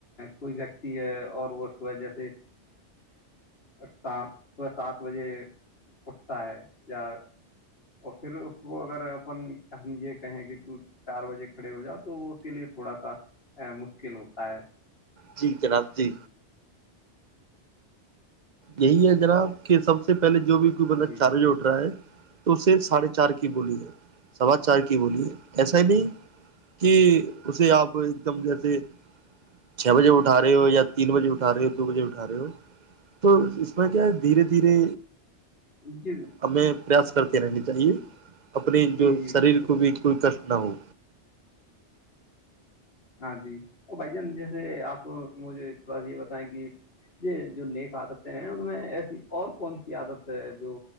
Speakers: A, on the left; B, on the right.
A: کوئی ویکتی ہے اور وہ صبح جیسے صبح سات بجے اٹھتا ہے یا پھر اس کو اگر اپن ہم یہ کہیں کہ تو چار بجے کھڑے ہو جا تو وہ اس کے لیے تھوڑا سا مشکل ہوتا ہے
B: جی جناب جی یہی ہے جناب کہ سب سے پہلے جو بھی کوئی بندہ
A: جی
B: چارج اٹ رہا ہے تو اسے ساڑھے چار کی بولی ہے سوا چار کی بولی ہے ایسا ہی نہیں کہ اسے آپ ایک دم جیسے چھ بجے اٹھا رہے ہو یا تین بجے اٹھا رہے ہو دو بجے اٹھا رہے ہو تو اس میں کیا ہے دھیرے دھیرے
A: جی میں
B: ہمیں پریاس کرتے رہنے چاہیے اپنی
A: جی
B: جو
A: جی
B: شریر
A: بالکل
B: کو بھی کوئی کر نو
A: ہاں جی اور بھائی جان جیسے آپ مجھے تھوڑا سا یہ بتائیں کہ یہ جو نیک عادتیں ہیں ان میں ایسی اور کون سی عادت ہے جو